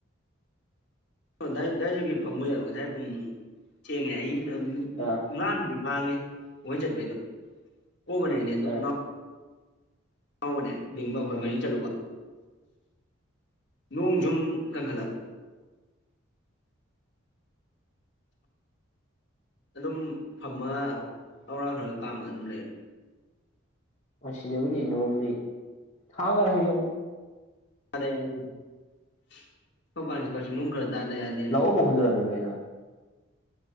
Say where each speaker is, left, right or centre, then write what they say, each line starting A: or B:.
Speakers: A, on the left (about 55°); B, on the left (about 35°).
A: <unintelligible>
B: ꯑꯥ
A: <unintelligible>
B: ꯑꯥ
A: ꯍꯥꯎꯕꯅꯦ ꯕꯤꯡꯒ ꯑꯈꯣꯏ
B: ꯑꯥ
A: ꯃꯔꯤ ꯆꯠꯂꯨꯕ ꯅꯣꯡ ꯖꯨꯝ ꯀꯟꯈꯠꯂꯛ ꯑꯗꯨꯝ ꯐꯝꯃ
B: ꯑꯣ
A: ꯂꯧꯔ ꯈꯔ ꯀꯥꯝꯃ ꯑꯗꯨꯝ ꯂꯩ
B: <unintelligible>
A: <inaudible>
B: <unintelligible>
A: ꯌꯥꯗꯦꯅꯦ